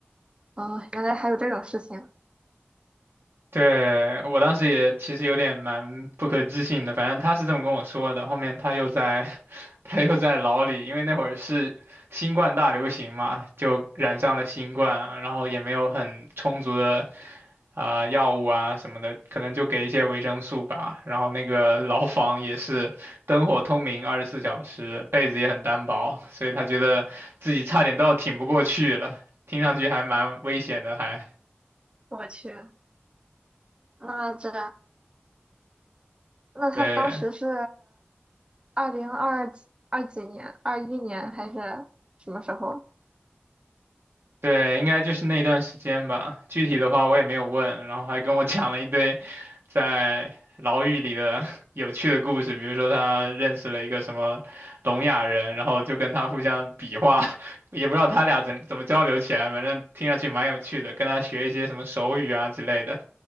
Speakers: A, on the right; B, on the right.
A: 哦，原来还有这种事情。
B: 对，我当时也其实有点蛮不可置信的，反正他是这么跟我说的。后面他又在他又在牢里，因为那会儿是新冠大流行嘛，就染上了新冠，然后也没有很充足的啊、药物啊什么的，可能就给一些维生素吧。然后那个牢房也是灯火通明，二十四小时，被子也很单薄，所以他觉得自己差点都要挺不过去了，听上去还蛮危险的，还
A: 我去，那这那他当时是
B: 对。
A: 二零二二几年，二一年还是什么时候？
B: 对，应该就是那段时间吧。具体的话我也没有问，然后还跟我讲了一堆在牢狱里的 <laughs> 有趣的故事，比如说他认识了一个什么聋哑人，然后就跟他互相比划，<laughs> 也不知道他俩怎怎么交流起来，反正听上去蛮有趣的，跟他学一些什么手语啊之类的。